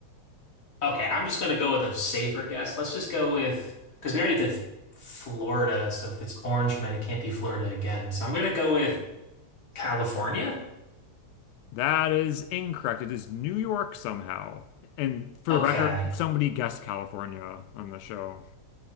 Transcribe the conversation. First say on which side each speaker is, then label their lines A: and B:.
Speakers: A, on the left; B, on the left.
A: Okay, I'm just gonna go with a safer guess. Let's just go with because we already did F- Florida, so if it's Orange Man, it can't be Florida again. So I'm gonna go with California.
B: That is incorrect. It is New York somehow. And for
A: Okay.
B: the record, somebody guessed California on the show.